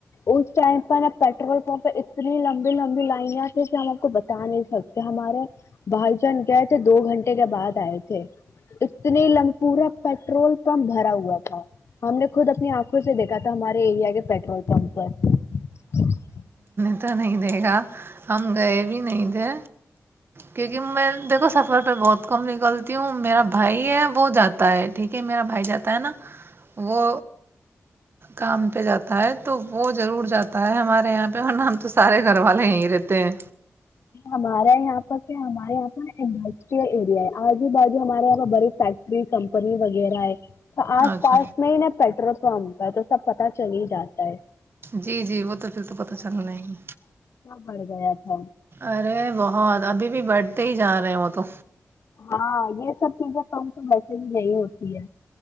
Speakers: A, on the left; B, on the right.
A: اس ٹائم پر اب پیٹرول پمپ اتنی لمبی لمبی لائنیاں تھ کہ ہم آپ کو بتا نہیں سکتے ہمارے بھائی جان گئے تھے دو گھنٹے کے بعد آئے تھے اتنے لم پورا پیٹرول پمپ بھرا ہوا تھا ہم نے خود اپنی آنکھوں سے دیکھا تھا ہمارے ایریا کے پیٹرول پمپ پر <inaudible>
B: ا تو نہیں دے گا ہم گئے بھی نہیں ٹھی کیونکہ میں دیکھو سفر پہ بہت کم نکلتی ہوں میرا بھائی ہے وہ جاتا ہے ٹھیک ہے میرا بھائی جاتا ہے نا وہ کام پہ جاتا ہے تو وہ ضرور جاتا ہے ہمارے یہاں پہ اور نا ہم تو سارے گھر والے یہ ہی رہتے ہے
A: ہمارا یہاں پر کیا ہمارے یہاں پر انڈسٹریل ایریا ہے آجو باازو ہمارے یہاں پ بڑی فیکٹری کمپنی وغیرہ ہے تو آس
B: اچھا
A: پاس میں ہی نا پیٹرول پمپ تو سب پتا چل ہی جاتا ہے
B: جی جی وہ تو پھر تو پت چلنا ہے
A: پڑ گیا تھا
B: ارے بہت ابھی بھی بڑھتے ہی جا رہے ہو تو
A: ہاں یہ سب چیزیں کم تو ویسے بھی نہیںی ہوتی ہے